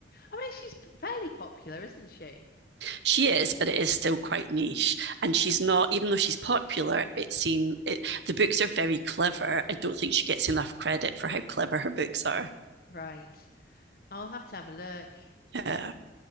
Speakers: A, on the left (about 50°); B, on the right (about 70°).
A: I mean, she's p- fairly popular, isn't she?
B: She is, but it is still quite niche, and she's not. Even though she's popular, it's seen. It, the books are very clever. I don't think she gets enough credit for how clever her books are.
A: Right. I'll have to have a look.
B: Yeah,